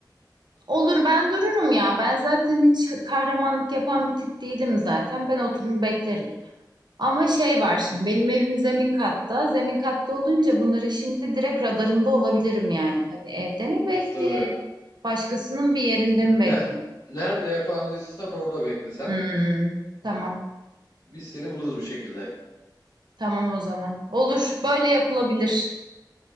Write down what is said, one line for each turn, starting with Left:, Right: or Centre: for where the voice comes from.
Right: Olur ben dururum ya. Ben zaten hiç kahramanlık yapan bir tip değilim zaten. Ben oturur beklerim. Ama şey var şimdi benim evim zemin katta. Zemin katta olunca bunların şimdi direkt radarında olabilirim yani. Hani evde mi bekleyeyim?
Left: Tabii.
Right: Başkasının bir yerinde mi bekleyeyim?
Left: Ne, nerede yakalandıysan orada beklesen.
Right: Hmm, tamam.
Left: Biz seni buluruz bir şekilde.
Right: Tamam o zaman. Olur. Böyle yapılabilir.